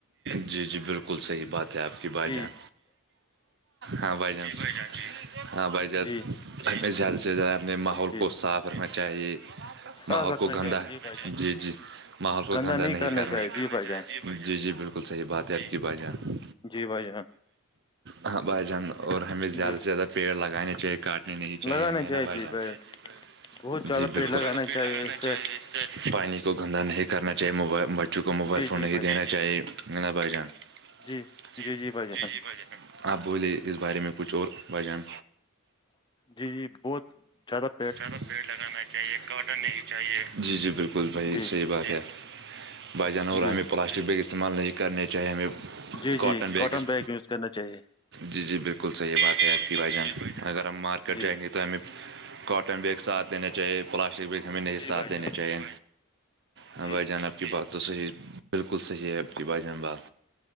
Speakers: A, on the right; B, on the left.
A: جی جی بالکل صحیح بات ہے آپ کی بھائی
B: جی
A: جان ہاں بھائی جان ہاں بھائی ج
B: جی
A: ہمیں زیادہ سے زیادہ اپنے ماحول
B: جی
A: کو صاف رکھنا چاہیے
B: صاف
A: ماحول
B: رکھنا
A: کو گندا
B: چاہیے جی بھائی جان
A: جی جی ماحول کو
B: گندا
A: گندہ نہیں کرنا
B: چاہیے جی بھائی جان
A: جی جی بالکل صحیح بات ہے آپ کی بائی یہاں
B: جی بھائی جان
A: ہاں بھائی جان اور ہمیں زیادہ
B: جی
A: سے زیادہ پیڑ لگانے چاہیے کاٹ نہیں نہیں چاہیے
B: لگانا
A: ہمیں نا بھائی
B: جی
A: جان
B: پیڑ بہت زیادہ
A: جی بالکل
B: پیڑ لگانا چاہیے
A: لگا
B: اس سے
A: چاہیے پانی کو گندا نہیں کرنا چاہیے موبائل بچوں کو موبائل
B: جی
A: فون
B: جی
A: نہیں
B: بھائی
A: دین
B: جان
A: چاہیے بھ جان ج
B: جی بھائی جان
A: جی جی ب آپ بولے اس بارے میں کچھ اور بچان
B: جی جی بہت زیادہ
A: ا پیڑ لگانا چاہیے کاٹ نہیں چاہیے جی جی بالکل بھائی
B: جی
A: صحیح بات ہے بچےانور
B: جی
A: اور ہمیں پلاسٹک بیگ استعمال نہیں کرنے چاہے ہمیں
B: جی
A: کاٹن
B: جی
A: بیگ ک
B: یوز کرنا چاہیے
A: جی جی بالکل صحیح بات ہے آپ کی بھائی جان اگر ہم مارکیٹ
B: جی
A: جائیں گے تو ہمیں کااٹن بیگ ساتھ دینا چاہیے پلاسٹک بیگ ہمیں نہیں
B: جی
A: ساتھ
B: بھائی
A: دییننے
B: جان
A: چاہیے ہاں
B: جی
A: بھائی جان آپ کی بات تو صحیح بالکل صحیح ہے آپ کی بھائی جان بات